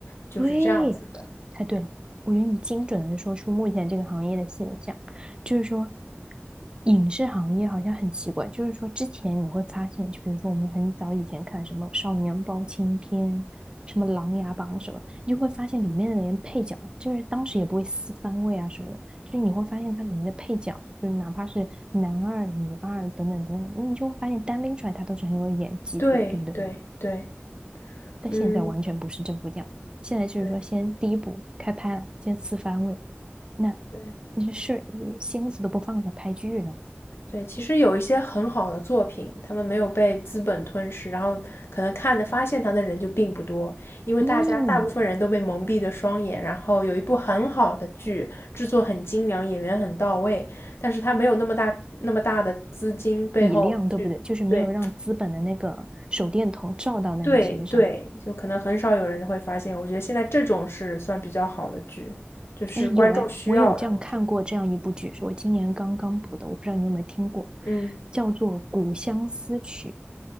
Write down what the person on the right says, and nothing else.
对，太对了。我觉得你精准的说出目前这个行业的现象，就是说，影视行业好像很奇怪，就是说之前你会发现，就比如说我们很早以前看什么《少年包青天》、什么《琅琊榜》什么，你就会发现里面的人配角，就是当时也不会撕番位啊什么的，就是你会发现它里面的配角，就是哪怕是男二、女二等等等等，你就会发现单拎出来他都是很有演技的，
对不对？但现在完全不是政府这样，
现在就是说先第一步开拍了，
先四番位，那
那些事嗯心思都不放在拍剧上，
嗯，
体量对不对？就是没有让资本的那个手电筒照到那个身上。
哎，有哎，我有这样看过这样一部剧，
是我今年刚刚补的，我不知道你有没有听过，
叫做《古相思曲》。